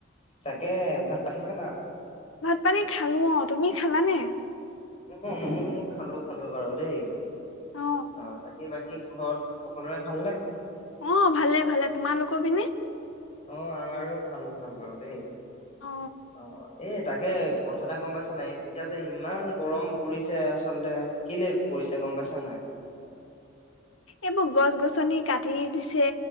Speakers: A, on the left (about 30°); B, on the left (about 80°).
A: তাকে ভাত পানী খালা?
B: ভাত পানী খালোঁ অ তুমি খালানে
A: অ', ময়ো খালো খালো বাৰু দেই।
B: আহ
A: অ', বাকী বাকী ঘৰত সকলোৰে ভালনে?
B: আহ ভালে ভালে তোমালোকৰ পিনে
A: অ আমাৰো ভাল ভাল বাৰু দেই।
B: অ
A: অ এই তাকে কথা এটা গম পাইছে, নাই এতিয়া যে ইমান গৰম পৰিছে আচলতে কেলেই পৰিছা গম পাইছা নাই?
B: এইবোৰ গছ গছনি কাটি দিছে,